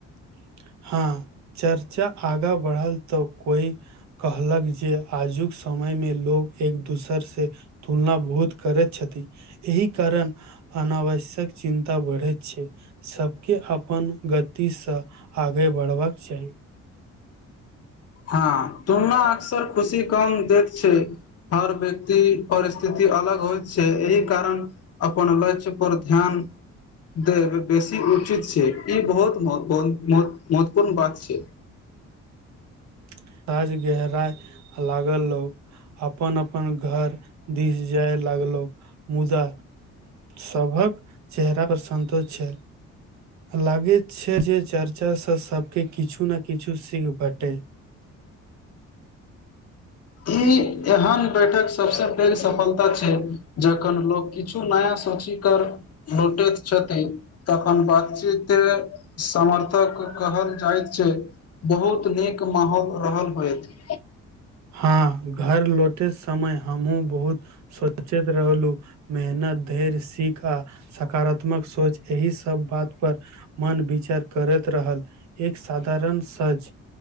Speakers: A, on the right (about 65°); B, on the left (about 55°).
A: <inaudible> हँ चर्चा आगा बढ़ल तऽ कोई कहलक जे आजुक समय एमे लोग एक दोसर से तुलना बहुत करैत छथि एहि कारण अनावश्यक चिन्ता बढ़ैत छै सबके अपन गतिसँ आगे बढ़बाक चाही
B: हँ तुलना अक्सर खुशी कम देैत छै हर व्यक्ति परिस्थिति अलग होइत छै एहि कारण अपन ल्ष्य पर ध्यान देब बेसी उचित छै ई बहुत महत्वपूर्ण महो महत्वपूर्ण बात छै
A: <inaudible> राज गहरा लागल लोक अपन अपन घर दिस जाय लागलहु मुदा सभक चेहरा पर सन्तोष छै लागैत छै जे चर्चा स सब के किछु ने किछु सीख भेटै
B: ई एहन बैठक सभस पैघ सफलता छै जखन लोक किछु नया सूची कर लोटैत छथि तखन बातचीत समर्थक कहल जाइत छै बहुत नीक माहौल रहल होत
A: हँ घर लौटे समय हमहुँ बहुत सोचैत रहलहुँ मेहनत धैर्य सीख आ सकारात्मक सोच एहि सब बात पर मन विचार कर करैत रहल एक साधारण सज